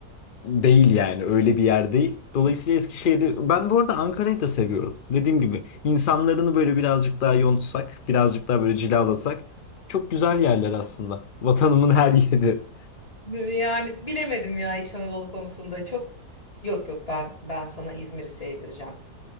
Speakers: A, on the left; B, on the left.
A: Değil yani öyle bir yer değil. Dolayısıyla Eskişehir'i ben bu arada Ankara'yı da seviyorum. Dediğim gibi insanlarını böyle birazcık daha yontsak, birazcık daha böyle cilalasak çok güzel yerler aslında. Vatanımın her yeri.
B: Yani bilemedim ya İç Anadolu konusunda çok yok yok ben ben sana İzmir'i sevdireceğim.